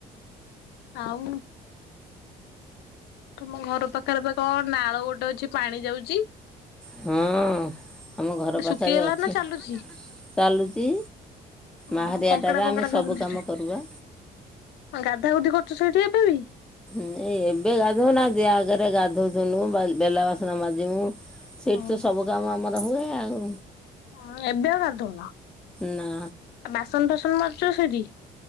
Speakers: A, on the left; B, in the centre.
A: ଆଉ ତୁମ ଘର ପାଖରେ ତ କଣ ନାଳ ଗୋଟେ ଅଛି ପାଣି ଯାଉଛି।
B: ହଁ ଆମ ଘର ପାଖରେ
A: ଶୁଖିଗଲା
B: ଅଛି
A: ନା ଚାଲୁଛି?
B: ଚାଲୁଛି।
A: ଓହୋ
B: ମାହାରିଆଟାରେ
A: କଙ୍କଡା ଫଙ୍କଡା
B: ଆମେ ସବୁ
A: ଧରନ୍ତି
B: କାମ କରିବା।
A: ଗାଧା ଗୁଧି କରୁଚ ସଇଠି ଏପାଳି?
B: ଏଇ ଏବେ ଗାଧଉନାନ୍ତିି ଆଗରେ ଗାଧଉୁନୁ ବେଲା ବାସନା ମାଜିମୁ ସେଇଠି
A: ହଁ
B: ତ ସବୁ କାମ ଆମର ହୁଏ ଆଉ।
A: ହଁ ଏବେ ଆଉ ଗାଧୋଉନ
B: ନା
A: ବାସନ ଫାସନ ମାଜୁଚ ସେଠି?